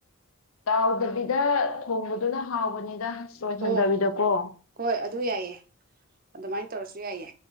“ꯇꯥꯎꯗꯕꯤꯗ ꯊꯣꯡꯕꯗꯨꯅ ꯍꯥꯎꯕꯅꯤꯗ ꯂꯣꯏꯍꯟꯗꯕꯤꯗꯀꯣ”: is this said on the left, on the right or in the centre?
Left